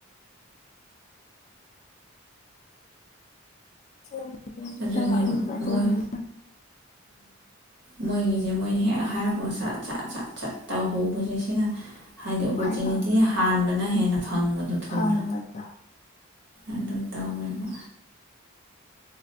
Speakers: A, on the left; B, on the right.
A: <inaudible>
B: ꯑꯗꯨꯅꯦꯕ ꯃꯣꯏ ꯃꯣꯏꯒꯤꯁꯦ ꯃꯣꯏꯅ ꯍꯦꯛ ꯍꯥꯏꯔꯄ ꯁꯠ ꯆꯠ ꯁꯠ ꯆꯠ ꯇꯧꯍꯧꯕꯁꯦ ꯁꯤꯅ ꯍꯥꯏꯗꯤ ꯑꯣꯄꯣꯔꯆꯨꯅꯤꯇꯤ
A: ꯈ꯭ꯋꯥꯏ ꯐꯕ
B: ꯍꯥꯟꯕꯅ ꯍꯦꯟꯅ ꯐꯪꯕꯗꯣ ꯊꯨꯅ
A: ꯐꯪꯕꯗꯣ
B: ꯑꯗꯨ ꯇꯧꯋꯦꯕ